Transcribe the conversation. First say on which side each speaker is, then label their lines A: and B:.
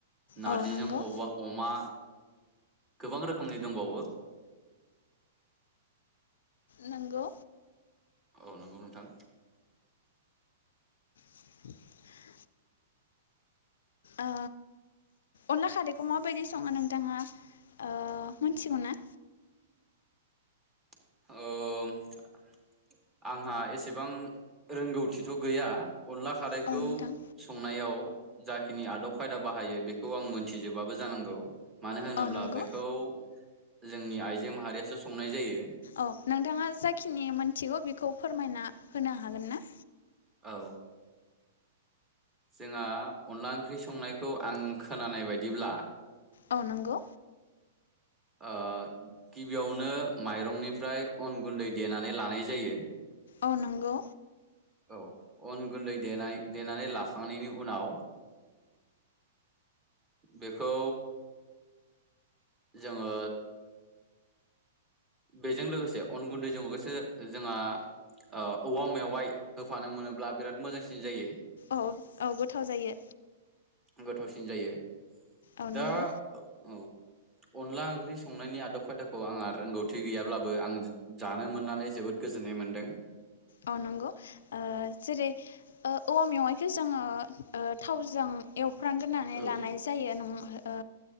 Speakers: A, on the right (about 20°); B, on the left (about 65°).
A: नार्जिजों
B: औ नंगौ
A: अबा अमा गोबां रोखोमनि दंबावो
B: नंगौ।
A: औ नंगौ नोंथां।
B: <inaudible> ओ अनला खारैखौ माबायदि सङो नोंथाङा ओ मिथिगौ ना?
A: ओ आंहा एसेबां रोंगौथिथ' गैया। अनला खारैखौ
B: औ नोंथां
A: संनायाव जाखिनि आदब खायदा बाहायो बेखौ आं मोनथिजोबाबो जानांगौ। मानो होनोब्ला
B: औ नंगौ
A: बेखौ जोंनि आइजो माहारियासो संनाय जायो।
B: औ नोंथाङा जाखिनि मोनथिगौ बे खौ फोरमायना होनो हागोन ना।
A: औ। जोंहा अनला ओंख्रि संनायखौ आं खोनानाय बदिब्ला
B: अ नंगौ।
A: ओ गिबियावनो माइरंनिफ्राय अन गुन्दै देनानै लानाय जायो।
B: औ नंगौ।
A: औ अन गुन्दै देनाय देनानै ला खांनायनि उनाव बेखौ जोङो बेजों लोगोसे अन गुन्दैजों गोसो जोंहा ओ औवा मेवाइ होफानो मोनोब्ला बिराद मोजांसिन जायो।
B: औ औ गोथाव जायो।
A: गोथावसिन जायो।
B: औ नंगौ
A: दा औ। अनला ओंख्रि संनायनि आदब खायदाखौ आंहा रोंगौ थि गैयाब्लाबो आं जानो मोननानै जोबोद गोजोननाय मोनदों।
B: औ नंगौ जेरै औवा मेवाइखौ जोङो ओ थावजों एवफ्रामग्रोनानै
A: औ
B: लानाय जायो नङा ओ